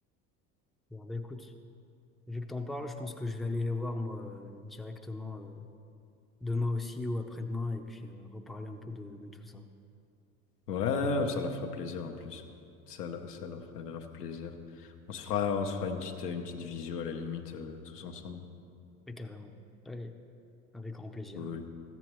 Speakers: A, in the centre; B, on the left (about 85°).
A: Bon, bah écoute, vu que t'en parles, je pense que je vais aller les voir moi euh, directement euh, demain aussi ou après-demain et puis euh, reparler un peu de, de tout ça.
B: Ouais, ça leur fera plaisir en plus. Ça, le- ça leur fera grave plaisir. On se fera, on se fera une petite, une petite visio à la limite, euh, tous ensemble.
A: Ouais, carrément. Allez, avec grand plaisir.
B: Cool.